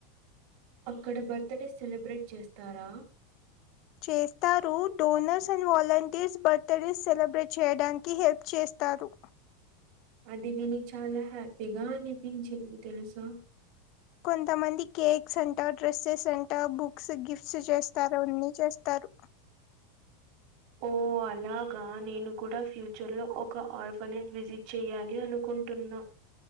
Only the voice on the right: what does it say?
అక్కడ బర్త్ డే సెలబ్రేట్ చేస్తారా
అది విని చాలా హ్యాపీగా అనిపించింది తెలుసా
ఓ అలాగా నేను కూడా ఫ్యూచర్ లో ఒక ఆర్ఫనేజ్ విజి చెయ్యాలి అనుకుంటున్నా